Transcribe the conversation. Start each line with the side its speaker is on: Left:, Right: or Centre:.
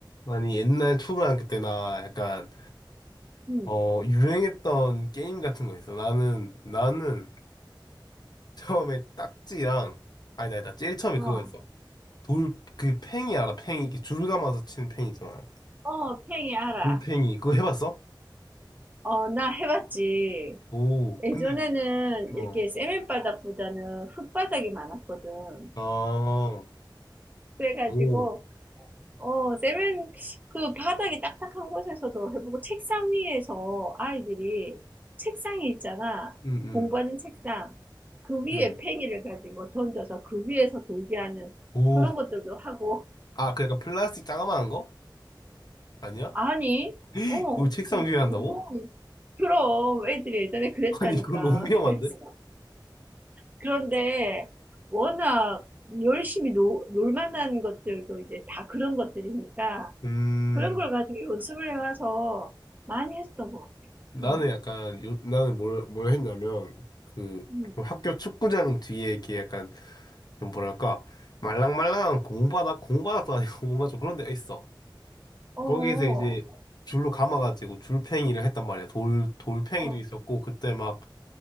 Left: 아니, 옛날 초등학교 때 나 약간,
Right: 응,
Left: 어, 유행했던 게임 같은 거 있어. 나는, 나는 처음에 딱지랑, 아니다, 아니다. 제일 처음에
Right: 어,
Left: 그거였어. 돌, 그 팽이 알아? 팽이. 이렇게 줄 감아서 치는 팽이 있잖아.
Right: 어, 팽이 알아.
Left: 돌팽이. 그거 해봤어?
Right: 어, 나 해봤지.
Left: 오,
Right: 예전에는
Left: 근데, 어,
Right: 이렇게 세면바닥보다는 흙바닥이 많았거든.
Left: 아,
Right: 그래가지고,
Left: 오,
Right: 어, 세면, 그 바닥이 딱딱한 곳에서도 해보고, 책상 위에서 아이들이, 책상이 있잖아.
Left: 응, 응,
Right: 공부하는 책상. 그 위에
Left: 응.
Right: 팽이를 가지고 던져서 그 위에서 돌게 하는
Left: 오.
Right: 그런 것들도 하고,
Left: 아, 그 약간 플라스틱 자그마한 거? 아니야?
Right: 아니,
Left: <laughs>
Right: 어,
Left: 그걸 책상
Right: 그,
Left: 위에 한다고?
Right: 무거운, 그럼 애들이 예전에 그랬다니까.
Left: <laughs> 아니, 그건 너무 위험한데?
Right: 그래서 그런데 워낙 열심히 노, 놀 만한 것들도 이제 다 그런 것들이니까
Left: 음.
Right: 그런 걸 가지고 연습을 해와서 많이 했던 것 같아요.
Left: 나는
Right: 음,
Left: 약간 요, 나는 뭘, 뭘 했냐면 그
Right: 음.
Left: 그 학교 축구장 뒤에 이렇게 약간 뭐랄까 말랑말랑한 공바닥 공바닥도 아니고 <laughs> 뭔가 좀 그런 데가 있어.
Right: 어, 어,
Left: 거기에서 이제 줄로 감아가지고 줄팽이를 했단 말이야. 돌 돌팽이도
Right: 어.
Left: 있었고 그때 막